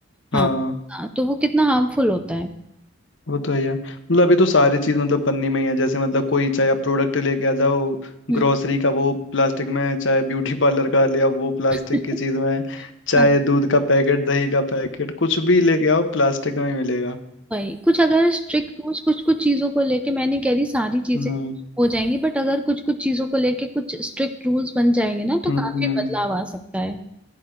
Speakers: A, on the left; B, in the centre.
A: हाँ
B: हाँ हाँ तो वो कितना हार्मफुल होता है
A: वो तो है ही है। मतलब अभी तो सारी चीज मतलब पन्नी में ही है जैसे मतलब कोई चाहे आप प्रोडक्ट लेके आ जाओ
B: हम्म
A: ग्रोसरी का वो प्लास्टिक में चाहे ब्यूटी पार्लर का ले आओ वो प्लास्टिक
B: <laughs>
A: की चीज में चाहे
B: हाँ,
A: दूध का पैकेट दही का पैकेट कुछ भी लेके आओ प्लास्टिक में ही मिलेगा
B: वही कुछ अगर स्ट्रिक्ट रूल्स कुछ कुछ चीजों को लेके मैं नहीं कह रही सारी चीजें
A: हम्म
B: हो जाएंगी बट अगर कुछ कुछ चीजों को लेके कुछ स्ट्रिक्ट रूल्स बन जाएंगे ना तो
A: हम्म
B: काफी
A: हम्म,
B: बदलाव आ सकता है